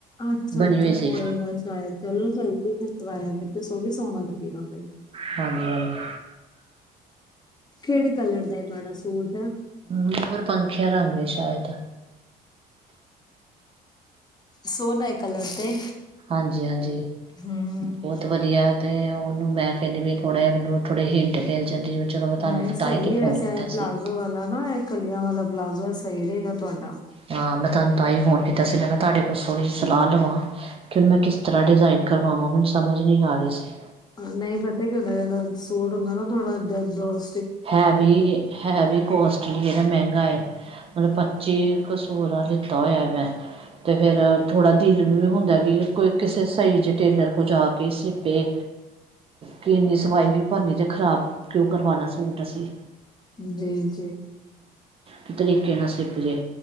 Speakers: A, on the left (about 25°); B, on the right (about 35°).
A: ਅੱਛਾ
B: ਬਣੀ
A: ਅੱਛਾ
B: ਹੋਈ ਸੀ
A: ਹੋਏਗਾ ਸ਼ਾਇਦ ਚਲੋ ਸਹੀ ਏ ਫਿਰ ਕਰਵਾਆ ਤੇ। ਤੇ ਸੋ ਵੀ ਸੋਣਾ ਲੱਗੇਗਾ ਫਿਰ
B: ਹਾਂਜੀ ਹਾਂਜੀ
A: ਕਿਹੜੇ ਕਲਰ ਦਾ ਤੁਹਾਡਾ ਸਟ ਦਾ
B: ਹਾਂਜੀ ਮੋਰ ਪੰਖੀਆ ਰੰਗ ਹੈ ਸ਼ਾਇਦ
A: ਸੋਹਣੇ ਕਲਰ ਤੇ
B: ਹਾਂਜੀ ਹਾਂਜੀ
A: ਹੂੰ।
B: ਬਹੁਤ ਵਧੀਆ ਤੇ ਉਹਨੂੰ ਮੈਂ ਕਹਿੰਦੀ ਵੀ ਥੋੜਾ ਜਿਹਾ ਮ ਥੋੜੇ ਹਿੰਟ ਪੈ ਜਾਂਦੀ ਚਲੋ ਮੈਂ ਤੁਹਾਨੂੰ
A: ਨਹੀਂ ਸਹੀ
B: ਤਾਂ ਹੀ ਤੇ ਫੋਨ
A: ਵੈਸੇ
B: ਕੀਤਾ
A: ਆਏ ਪਲਾਜ਼ੋ
B: ਸੀ
A: ਵਾਲਾ ਨਾ ਕਲੀਆਂ ਵਾਲਾ ਪਲਾਜ਼ੋ ਸਹੀ ਰਹੇਗਾ ਤੁਹਾਡਾ
B: ਹਾਂ ਮੈਂਤਾਨ ਤਾਂ ਹੀ ਫੋਨ ਕੀਤਾ ਸੀ ਮੈਂ ਤੁਹਾਡੇ ਕੋਲੋਂ ਥੋੜੀ ਸਲਾਹ ਲਵਾਂ ਤੁਹਾਡੇ ਕਿ ਹੁਣ ਮੈਂ ਕਿਸ ਤਰ੍ਹਾਂ ਡਿਜ਼ਾਇਨ ਕਰਵਾਵਾਂ ਮੈਨੂੰ ਸਮਝ ਨਹੀਂ ਆ ਰਹੀ ਸੀ
A: ਨਹੀਂ ਪਤਾ ਕੀ ਹੁੰਦਾ ਜਿਹੜਾ ਸੂਟ ਹੁੰਦਾ ਨਾ ਥੋੜਾ ਜਦੋਤ
B: ਹੈ ਵੀ ਹੈ ਵੀ ਕੋਸਟ ਲਈਏ ਨਾ ਮਹਿੰਗਾ ਏ ਮਤਲਬ ਪੱਚੀ ਕੁ ਸੋ ਦਾ ਲਿੱਤਾ ਹੋਇਆ ਮੈਂ ਤੇ ਫਿਰ ਥੋੜਾ ਦਿਲ ਨੂੰ ਵੀ ਹੁੰਦਾ ਕਿ ਕੋਈ ਕਿਸੇ ਸਹੀ ਜ ਟੇਲਰ ਕੋਲ ਜਾ ਕੇ ਸਿਪੇ ਕਿ ਇੰਨੀ ਸਵਾਈ ਵੀ ਭਰਨੀ ਤੇ ਖ਼ਰਾਬ ਕਿਉਂ ਕਰਵਾਣਾ ਸੂਟ ਦਸੀ
A: ਜੀ ਜੀ
B: ਕੀ ਤਰੀਕੇ ਨਾਲ ਸਿਪਜੇ